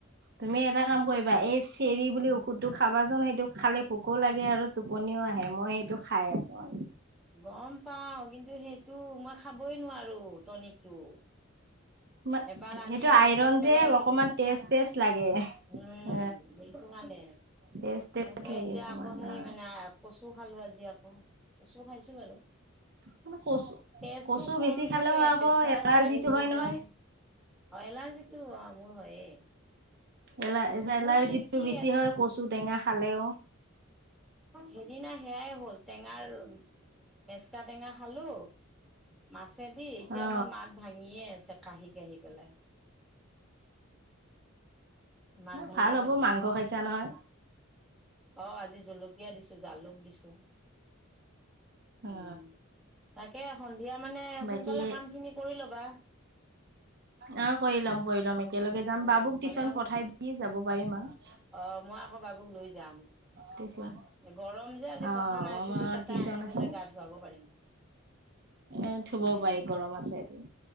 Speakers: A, on the right; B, in the centre.
A: তুমি এটা কাম কৰিবা এই চেৰি বুলি ঔষধটো খাবা জান সেইটো খালে ভোকো লাগে আৰু টোপনি আহে মই এইটো খাই আছো আৰু
B: গম পাও কিন্তু সেইটো মই খাবই নোৱাৰো টনিকটো
A: সেইটো
B: এবাৰ আনি
A: আইৰন
B: একদম পেলাই
A: যে
B: দিলো
A: অকমান তেজ তেজ লাগে
B: উম
A: অ
B: মটো কাৰনে
A: টেষ্ট টেষ্ট
B: তকে
A: লাগে
B: এতিয়া
A: অকমান
B: আকৌ সেই
A: অ
B: মানে কচু খালো আজি আকৌ কচু খাইছো বাৰু
A: মানে কচু
B: তেজটো
A: কচু
B: কম
A: বেছি খালেও
B: থাকে
A: আকৌ
B: প্ৰেচাৰ
A: এলাৰ্জিটো
B: হাই হৈ
A: হয় নহয়
B: যায় অলাৰজিটো অমল হয়ে
A: এলাই জলাই
B: মোৰ মানে
A: যিটো
B: কি
A: বেছি হয় কচু টেঙা খালেও
B: সেইদিনা সেয়াই হ'ল টেঙাৰ উ মেচকা টেঙা খালো মাছেদি এতিয়া
A: অ
B: মোৰ মাত ভাঙিয়ে আছে কাঢ়ি কাঢ়ি পেলাই মাত ভাঙি
A: ভাল হ'ব
B: গৈছে
A: মাংস
B: পুৰা
A: খাইছা নহয়
B: অ আজি জলকীয়া দিছো জালুক দিছো।
A: অ
B: উ তাকে সন্ধিয়া মানে সোনকালে
A: বাকী
B: কাম খিনি কৰি ল'বা।
A: অ কৰি ল'ম কৰি ল'ম একেলগে যাম
B: উম
A: বাবুক টিউশন
B: মানে
A: পঠাই দি যাব পাৰিম আৰু
B: অ মই আকৌ বাবুক লৈ যাম।
A: টিউচন
B: গৰম যে আজি
A: অ
B: কথা নাই
A: আমাৰ
B: চুলি কটাই
A: টিউচন
B: আনি
A: আছে
B: পেলাই গা ধুৱাব পাৰিম
A: এ থব
B: উম
A: পাৰি গৰম আছে আজি